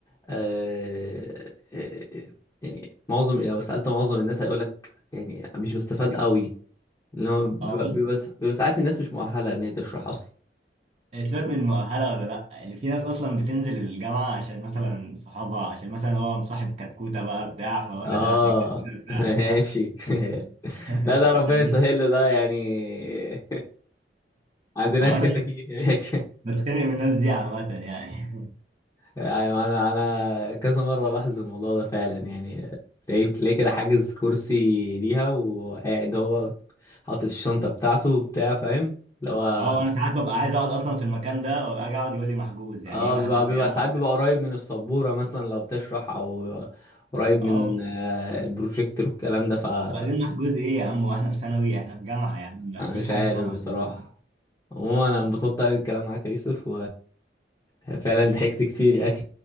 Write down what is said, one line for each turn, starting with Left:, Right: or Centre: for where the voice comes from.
Left: آه آه، آه، يعني معظم لو سالت معظم الناس هيقول لك يعني مش بستفاد قوي اللي هو بيبقى
Right: اه بص
Left: بيبقى بيبقى ساعات الناس مش مؤهله ان هي تشرح اصلا
Right: إيه، سيبك من مؤهلة ولا لأ يعني في ناس أصلا بتنزل الجامعة عشان مثلا صحابها عشان مثلا هو مصاحب كتكوتة بقى بتاع فهو
Left: اه
Right: نازل عشان الكتكوتة
Left: <laughs>
Right: بتاعته
Left: ماشي
Right: بقى
Left: <laughs>
Right: <laughs>
Left: لا ده ربنا
Right: أنا
Left: يسهل له ده يعني <laughs> عندناش
Right: عامة
Left: كتاكيت هناك
Right: بتخانق من الناس دي عامة يعني <laughs>
Left: يعني انا انا كذا مره لاحظ الموضوع ده فعلا يعني تلاقيه تلاقيه كده حاجز كرسي ليها وقاعد هو حاطط الشنطه بتاعته وبتاع فاهم اللي هو
Right: اه أنا ساعات ببقى عايز أقعد أصلا في المكان ده وأجي أقعد يقول لي محجوز يعني
Left: اه
Right: إيه محجوز
Left: بيبقى بيبقى
Right: يا عم
Left: ساعات بيبقى قريب من السبوره مثلا لو بتشرح او قريب
Right: اه
Left: من آه، البروجيكتور والكلام ده فانا
Right: وبعدين محجوز إيه يا عم وإحنا في ثانوي إحنا في جامعة يا عم مفيش
Left: مش
Right: حاجة
Left: عارف
Right: اسمها محجوز
Left: بصراحه عموما انا انبسطت قوي بالكلام معاك يا يوسف وفعلا ضحكت كتير يعني